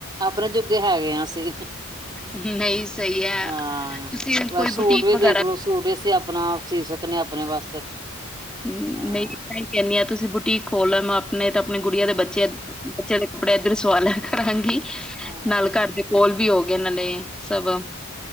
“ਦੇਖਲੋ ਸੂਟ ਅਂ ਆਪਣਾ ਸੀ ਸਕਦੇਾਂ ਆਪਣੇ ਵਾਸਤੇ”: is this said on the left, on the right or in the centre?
Right